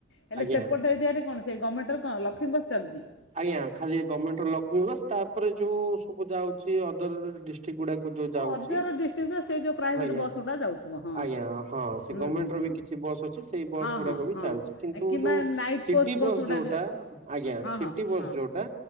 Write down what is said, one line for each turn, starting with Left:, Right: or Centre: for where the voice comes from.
Left: ହେଲେ
Right: ଆଜ୍ଞା
Left: ସେପଟ ଏରିଆରେ। କଣ ସେ ଗମେଣ୍ଟର କଣ ଲକ୍ଷ୍ମୀ ବସ ଚାଲୁଚି।
Right: ଆଜ୍ଞ ଖାଲି ଗମେଣ୍ଟର ଲକ୍ଷ୍ମୀ ବସ୍ ତାପରେ ଯୋଉ ସବୁ ଯାଉଚି ଅଦର ଡିଷ୍ଟ୍ରିକ୍ଟ ଗୁଡାକ। ଯୋଉ ଯାଉଛି
Left: ଓ ଅଦର ଡିଷ୍ଟ୍ରିକ୍ଟର ସେ ଯେଉଁ ପ୍ରାଇଭେଟ୍
Right: ଆଜ୍ଞା
Left: ବସ୍ ଗୁଡ଼ା ଯାଉଥିବ ହଁ
Right: ଆଜ୍ଞା ହଁ ସେ
Left: ହୁଁ
Right: ଗମେଣ୍ଟ
Left: ହୁଁ
Right: ର
Left: ହୁଁ
Right: ବି କିଛି ବସ୍ ଅଛି ସେଇ ବସ୍
Left: ହଁ
Right: ଗୁଡାକ
Left: ହଁ
Right: ବି
Left: ହଁ
Right: ଚାଲୁଚି କିନ୍ତୁ
Left: କିମ୍ବା
Right: ଯୋଉ
Left: ନାଇଟ୍
Right: ସିଟି
Left: କୋଚ୍
Right: ବସ୍
Left: ଗୁଡ଼ା
Right: ଯୋଉଟା
Left: ବି ଯାଉ
Right: ଆ୍ଞା
Left: ହଁ ହଁ
Right: ସିଟି ବସ୍
Left: ହଁ
Right: ଯୋଉଟା